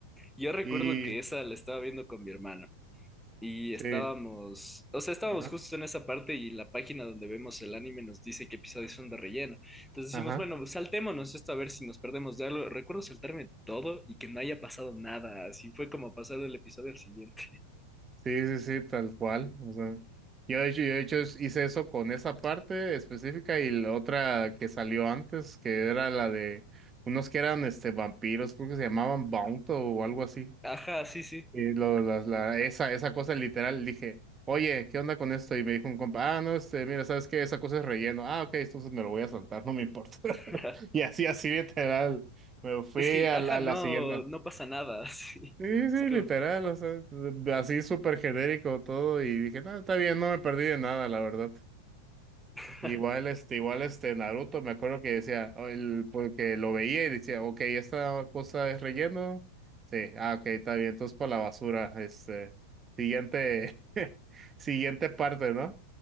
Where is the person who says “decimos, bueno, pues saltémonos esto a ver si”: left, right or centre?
Centre